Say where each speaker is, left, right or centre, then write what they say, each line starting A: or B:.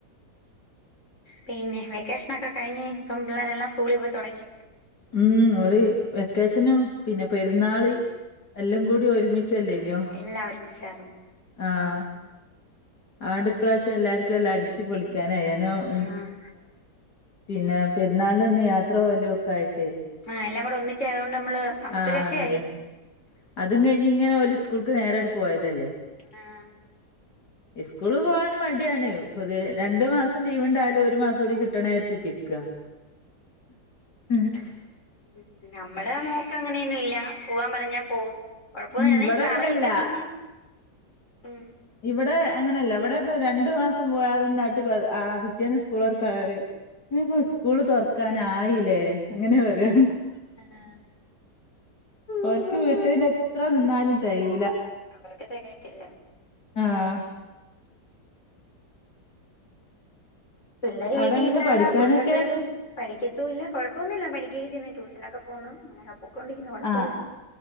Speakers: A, on the left; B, on the left.
A: പിന്നെ വെക്കേഷനൊക്കെ കഴിഞ്ഞ് ഇപ്പം പിള്ളേരെല്ലാം സ്കൂളിൽ പോയി തൊടങ്ങി.
B: ഉം ഓര് വെക്കേഷനും പിന്നെ പെരുന്നാള്. എല്ലാം കൂടി ഒരുമിച്ചല്ലേനോ.
A: എല്ലാം ഒരുമിച്ചായിരുന്നു
B: ആഹ് അഓണ്ട് ഇപ്രാവശ്യം എല്ലാർക്കും എല്ലാം അടി ച്ച് പൊളിക്കാനായിനോ ഉം
A: ആഹ്
B: പിന്നെ പെരുന്നാളിലന്ന് യാത്ര പോവലും. ആയിട്ടേ
A: ആഹ് എല്ലാം കൂടെ ഒന്നിച്ചായതുകൊണ്ട് നമ്മള് നമുക്ക്
B: ആഹ്
A: ഒര് രക്ഷയായി.
B: അതന്നെ അതും കഴിഞ്ഞ് ഇങ്ങനെ ഓല് സ്കൂൾക്ക് നേരങ്ങട്ട് പോയതല്ലേ?
A: ആഹ്
B: <inaudible> ഇസ്കൂളില് പോവാനും മടിയാണ് പൊതുവേ രണ്ടു മാസം ലീവ് ഉണ്ടായാലും ഒരു മാസം കൂടി കിട്ടണേ വിചാരിച്ചിരിക്കെന്ന്. ക്ക
A: ഉം നമ്മടെ മോക്ക് അങ്ങനെയൊന്നുല്ല പോവാൻ പറഞ്ഞാൽ പോവും. കൊഴപ്പൊന്നില്ല
B: ഉം ഇവിടെ
A: പറയും
B: അങ്ങനെയല്ല
A: മ്മച്ചീ ഇന്ന് ഉം
B: ഇവിടെ അങ്ങനെയല്ല ഇവിടെ ഇപ്പ രണ്ടു മാസം പോയാതെ നായിട്ട് ആഹ് പിറ്റേന്ന് സ്കൂളൊറക്കാണ് പറയും ഇനിപ്പൊ സ്കൂള് തൊറക്കാനായില്ലേ അങ്ങനെ പറയാ.
A: ആഹ്
B: ഓൽക്ക് വീട്ടീന്നെത്ര നിന്നാലും തഴൂല.
A: അവർക്ക് തെകയത്തില്ല.
B: ആഹ്
A: പിള്ളേര്
B: അവിടെ
A: വീട്ടി
B: എങ്ങനെ
A: ഇരുന്നാലോ
B: പഠിക്കാനൊക്കെ
A: കുരുത്തക്കേടും. പഠിക്കത്തൂല്ല കൊഴപ്പൊന്നുല്ല പഠിക്കൊക്കെച്ചെന്ന് ട്യൂഷനൊക്കെ പോകുന്നു അങ്ങനൊക്കെ പൊക്കോണ്ടിരിക്കുന്നു കൊഴപ്പോല്ല.
B: ആഹ്